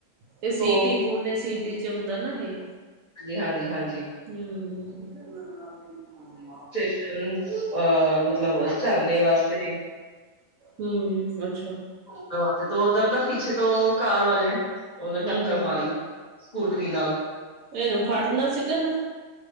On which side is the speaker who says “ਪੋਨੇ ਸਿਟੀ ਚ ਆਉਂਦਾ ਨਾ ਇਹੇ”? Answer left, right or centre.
Right